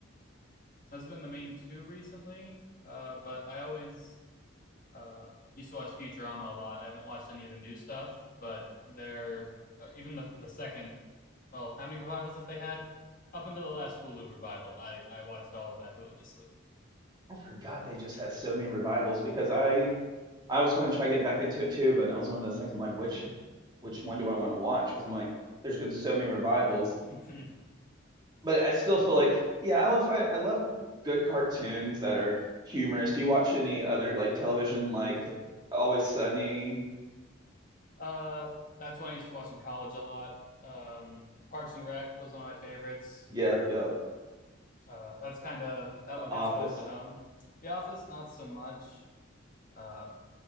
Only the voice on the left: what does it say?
has been the main two recently. Uh, but I always uh used to watch Futurama a lot. I haven't watched any of the new stuff, but they're even the the second. Well, how many revivals have they had? Up until the last Hulu revival, I I watched all of that religiously.
<laughs>
uh, that's one I used to watch in college a lot. Um, Parks and Rec was one of my favorites.
Uh, that's kind of that
one hits
close to home. The Office, not so much. Uh,